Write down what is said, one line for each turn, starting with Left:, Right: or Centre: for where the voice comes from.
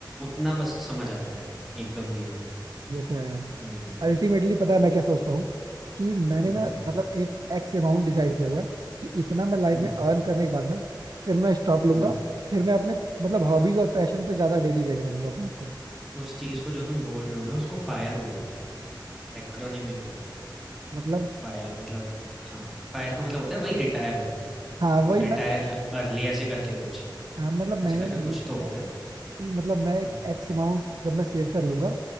Centre: उतना बस समझ आता है एकदम गेम में
Right: ये तो है यार
Centre: हम्म
Right: अल्टीमेटली पता है मैं क्या सोचता हूँ कि मैंने
Centre: हम्म
Right: ना मतलब एक एक्स अमाउंट डिसाइड किया हुआ है कि इतना मैं लाइफ
Centre: हम्म
Right: में अर्न करने के बाद ना फिर मैं स्टॉप लूंगा
Centre: हम्म
Right: फिर मैं अपने मतलब हॉबीज और पैशन पे ज्यादा डेडिकेट करूंगा अपने आप को
Centre: उस चीज़ को जो तुम बोल रहे हो ना उसको फायर बोलते हैं एक्रोनिमिक होता है
Right: मतलब
Centre: फायर मतलब हाँ फायर का मतलब होता है वही रिटायर होना
Right: हाँ वही
Centre: यू
Right: मैं
Centre: रिटायर अर्ली ऐसे करके कुछ
Right: हाँ मतलब मैंने
Centre: ऐसे करके
Right: ना यही
Centre: कुछ
Right: सोचा
Centre: तो होता
Right: है
Centre: है
Right: कि मतलब मैं एक
Centre: हाँ
Right: एक्स अमाउंट जब मैं सेव कर लूंगा